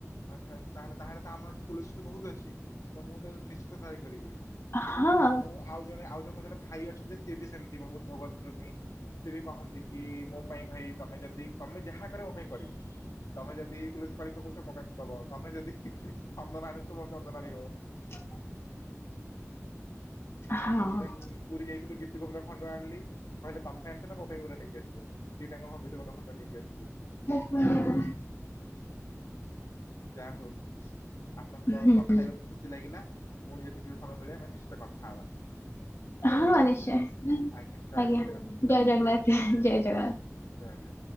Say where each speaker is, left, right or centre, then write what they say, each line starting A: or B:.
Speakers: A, on the left; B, on the left.
A: ଆଚ୍ଛା ତା ହେଲେ ତ ଆମର ଏଠି ତୁଳସୀ ବହୁତ ଅଛି ତ ମୁଁ ତ ନିଶ୍ଚିତ ତାଳି କରିବି
B: ହଁ
A: ମୁଁ ଆଉ ଜଣେ ଆଉ ଜଣେ ମୋ ଜଣେ ଭାଇ ଅଛନ୍ତି ସିଏ ବି ସେମିତି ବହୁତ ଭାଗବତ ପ୍ରେମୀ ସେ ବି କହନ୍ତି କି ମୋ ପାଇଁ ଭାଇ ତମେ ଯଦି ତମେ ଯାହା କରିବ ମୋ ପାଇଁ କରିବ। ତମେ ଯଦି ତୁଳିସୀ ମାଳି ପକଉଛ ମୋତେ ଗୋଟେ ଦବ ତମେ ଯଦି ଚନ୍ଦନ ଆଣୁଛ ମୋ ଚନ୍ଦନ ଆଣିବ
B: <unintelligible> ହଁ।
A: ଇଭେନ୍ ପୁରୀ ଯାଇଥିଲୁ ଗୀତୀ ଖଣ୍ଡଆ ଆଣିଲି କହିଲେ ତମ ପାଈଁ ଆଣିଛି ନା ମୋପାଇଁ ଗୋଟେ ନେଇକି ଆସିବ। ଦି ଟା <inaudible> ଖଣ୍ଡ ନେଇକି ଆସିଲି।
B: ହ <inaudible>
A: ଯା ହଉ ଆପଣଙ୍କର
B: ହୁଁ
A: କଥା ଖୁସି ଲାଗିଲା ପୁଣି ଯଦି କେବେ ସମୟ ମିଳେ ଆମେ ନିଶ୍ଚିତ କଥା ହବା।
B: ହଁ ନିଶ୍ଚୟ
A: ରହୁଛି।
B: ଆଜ୍ଞା
A: ଜୟ ଶ୍ରୀ
B: ଜୟ ଜଗନ୍ନାଥ ଜୟ ଜଗନ୍ନାଥ।
A: ଯା ଯା